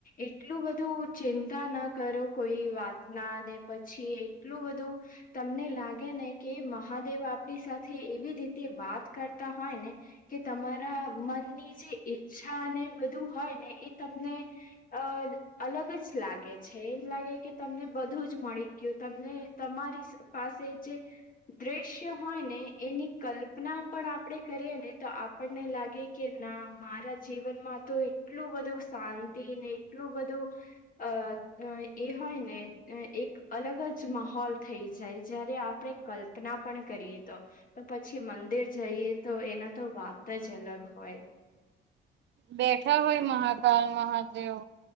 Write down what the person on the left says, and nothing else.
એટલું બધું ચિંતા ના કરો કોઈ વાતના ને પછી એટલું બધું તમને લાગે ને કે મહાદેવ આપડી સાથે એવી રીતે વાત કરતા હોય ને કે તમારા મનની જે ઈચ્છા અને બધું હોય ને એ તમને અહ અલગ જ લાગે છે એમ લાગે કે તમને બધું જ મળી ગયું તમને તમારી પાસે જે દ્રશ્ય હોય ને એની કલ્પના પણ આપડે કરીએ ને તો આપણને લાગે કે ના મારા જીવનમાં તો એટલું બધું શાંતિ ને એટલું બધું અહ અહ એ હોય ને અહ એક અલગ જ માહોલ થઈ જાય જય્યારે આપડે કલ્પના પણ કરીએ તો. તો પછી મંદિર જઈએ તો એના તો વાત જ અલગ હોય.